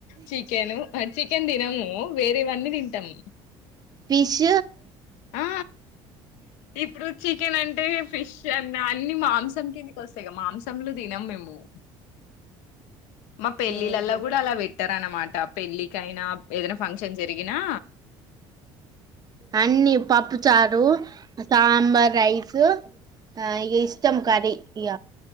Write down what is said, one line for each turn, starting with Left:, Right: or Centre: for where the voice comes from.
Left: చికెను చి చికెన్ తినము వేరే వన్నీ తింటం
Right: ఫీష్
Left: ఆ ఇప్పుడు చికెన్ అంటే ఫిష్ అన్న అన్ని మాంసం కిందికి వస్తాయి కద మాంసంలు తినం మేము ము మా పెళ్ళిళ్ళలా
Right: ఆహా
Left: కూడా అలా పెట్ట అనమాట పెళ్ళికైనా ఏదైనా ఫంక్షన్ జరిగినా
Right: అన్నీ పప్పు చారు సాంబార్ రైస్ ఆ ఇగ ఇష్టం కర్రీ ఇగ